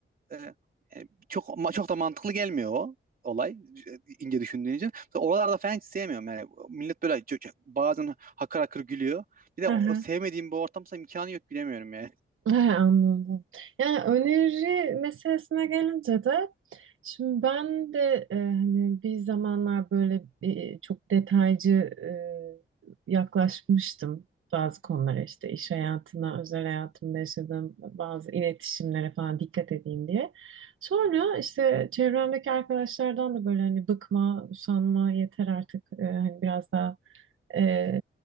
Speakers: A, on the right (about 45°); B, on the right (about 80°).
A: e, e, çok ma- çok da mantıklı gelmiyor o olay e, ince düşündüğün için. Mesela oralarda falan hiç sevmiyorum yani. Millet böyle çok- çok- bazen hakır hakır gülüyor. Bir de
B: Hı
A: o-
B: hı.
A: o sevmediğim bu ortamsa imkanı yok gülemiyorum yani.
B: He, Anladım. Yani öneri meselesine gelince de şimdi ben de e, hani bir zamanlar böyle e, çok detaycı e, yaklaşmıştım bazı konulara işte iş hayatına, özel hayatımda yaşadığım bazı iletişimlere falan dikkat edeyim diye. Sonra işte çevremdeki arkadaşlardan da böyle hani bıkma, usanma yeter artık e, hani biraz daha e,